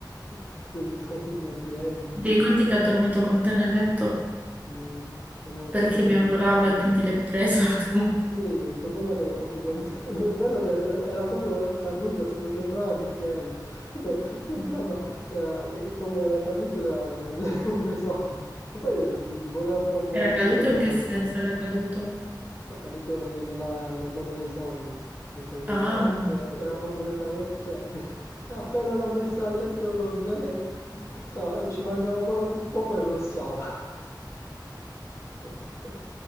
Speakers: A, on the left (about 35°); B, on the right (about 20°).
A: Ha preferito i miei piedi,
B: ricordi che ha dormito con te nel letto?
A: quindi non me lo potrò
B: Perché
A: dimenticare.
B: mi avvolava e quindi l'hai preso <laughs> tu.
A: Sì, il problema è che l'ho fatto dormire. <laughs> Il bello è che do- era proprio caduto, tipo sembrava Michele. Tipo, sembrava, eh, che proprio era caduto da, da- <laughs> dai sogni. Ma poi mm, voleva pro- probabilmente
B: Era caduto?
A: contatto
B: In che senso
A: umano.
B: era caduto?
A: Ho caduto ne- nella- nel mondo dei sogni, nel senso
B: Ah,
A: che se era completamente, cioè, <laughs> appena l'ho messa a letto con me, stava- ci mancava po- poco e rossava. <laughs>